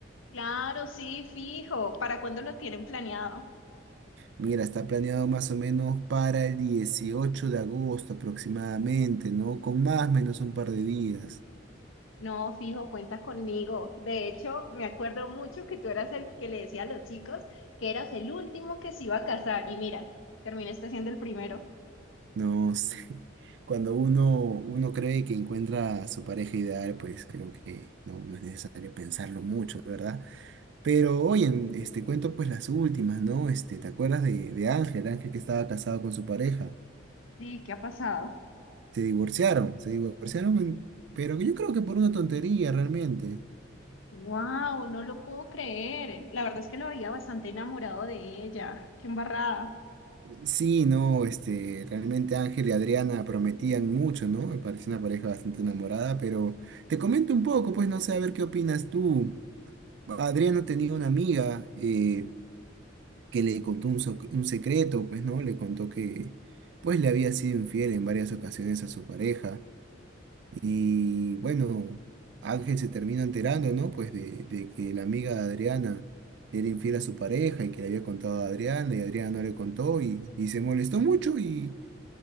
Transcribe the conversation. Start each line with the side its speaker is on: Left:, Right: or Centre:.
Left: Claro, sí, fijo. ¿Para cuándo lo tienen planeado?
Right: Mira, está planeado más o menos para el 18 de agosto aproximadamente, ¿no? Con más o menos un par de días.
Left: No, fijo, cuenta conmigo. De hecho, me acuerdo mucho que tú eras el que le decía a los chicos que eras el último que se iba a casar. Y mira, terminaste siendo el primero.
Right: No sé. <laughs> Cuando uno, uno cree que encuentra a su pareja ideal, pues creo que no, no es necesario pensarlo mucho, ¿verdad? Pero oye, en- este cuento pues las últimas, ¿no? Este, ¿te acuerdas de, de Ángel? Ángel que estaba casado con su pareja.
Left: Sí, ¿qué ha pasado?
Right: Se divorciaron, se divorciaron, en- pero yo creo que por una tontería realmente.
Left: Wow, no lo puedo creer. La verdad es que lo veía bastante enamorado de ella. Qué embarrada.
Right: Sí, no, este, realmente Ángel y Adriana prometían mucho, ¿no? Me pareció una pareja bastante enamorada, pero te comento un poco, pues no sé, a ver qué opinas tú. Adriana tenía una amiga eh, que le contó un, soc- un secreto, pues, ¿no? Le contó que, pues, le había sido infiel en varias ocasiones a su pareja. Y bueno, Ángel se termina enterando, ¿no? Pues de, de que la amiga de Adriana era infiel a su pareja y que le había contado a Adriana y Adriana no le contó y, y se molestó mucho y,